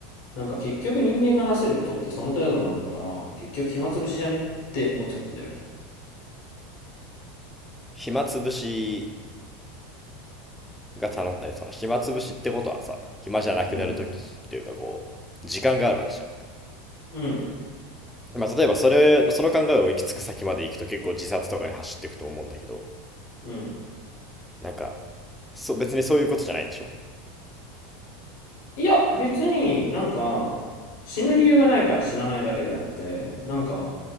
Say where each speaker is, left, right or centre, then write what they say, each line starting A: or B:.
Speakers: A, on the left; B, in the centre.
A: なんか結局人間がなせることってその程度なんだから結局暇つぶしじゃねって思っちゃってんだよね
B: 暇つぶしが楽しい。その暇つぶしってことはさ、暇じゃなくなるときというかこう、
A: うん
B: 時間があるわけじゃ
A: うん
B: ん。まあ、例えばそれ、その考えを行き着く先まで行くと結構自殺とかに走っていくと思うんだけど、
A: うん
B: なんか、そ別にそういうことじゃないでしょ
A: いや、別になんか、死ぬ理由がないから死なないだけであって、なんか、